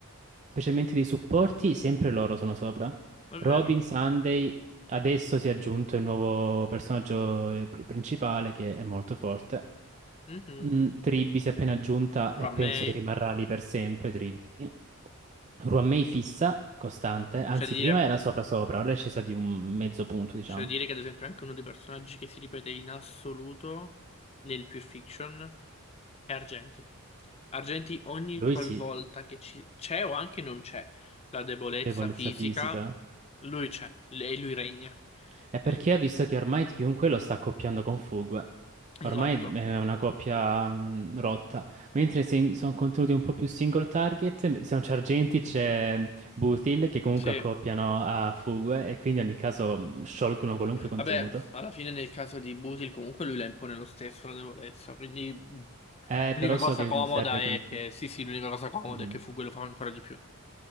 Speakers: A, on the right (about 30°); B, on the left (about 30°).
A: Specialmente dei supporti, sempre loro sono sopra.
B: vero.
A: Robin Sunday adesso si è aggiunto il nuovo personaggio eh, pri- principale che è molto forte.
B: Mhm.
A: Mm, Tribby si è appena aggiunta e
B: Però a
A: penso
B: me
A: che rimarrà lì per sempre. Tribby. Ruamei fissa, costante, anzi
B: c'è da dire,
A: prima era sopra sopra, ora è scesa
B: Mhm.
A: di un mezzo punto, diciamo.
B: c'è da dire che ad esempio anche uno dei personaggi che si ripete in assoluto nel Pure Fiction è Argenti. Argenti ogni
A: Lui
B: qualvolta
A: sì,
B: che ci- c'è o anche non c'è la debolezza
A: debolezza
B: fisica,
A: fisica.
B: lui c'è l- e lui regna.
A: È perché
B: L-
A: ha visto che ormai chiunque lo sta accoppiando con Fugue. Ormai
B: Esatto.
A: è una coppia mh, rotta. Mentre se in- sono contenuti un po' più single target, se non c'è Argenti c'è Buthil che comunque
B: Sì.
A: accoppiano a Fugue e quindi in ogni caso mh, sciolgono qualunque contenuto.
B: Vabbè, alla fine nel caso di Butil comunque lui la impone lo stesso la debolezza, quindi mh,
A: Eh,
B: l'unica
A: però
B: cosa
A: so che
B: comoda
A: mi serve
B: è
A: quel...
B: che, sì sì, l'unica cosa comoda
A: Mhm.
B: è che Fugue lo fa ancora di più.